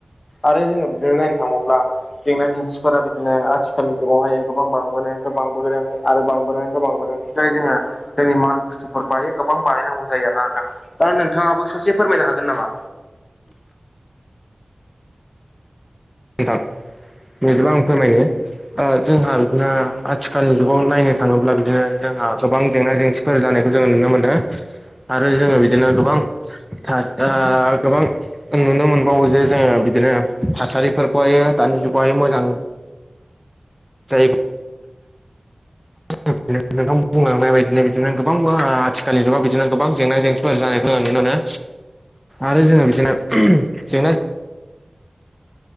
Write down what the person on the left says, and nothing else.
आरो जोङो <unintelligible> नायनो थाङोबावब्ला जेंना जेंसिफोरा बिदिनो आथिखालनि जुगावहाय गोबां बांबोनायनि फ्राय बांबोदों आरो बांबोनायनिथ' बांबोदों जाय जोङो जोंनि माल बुस्थुफोरखौहायो गोबां बानायनांगौ जायो आरो ना नोंथां दा नोंथाङाबो सासे फोरमायनो हागोन नामा?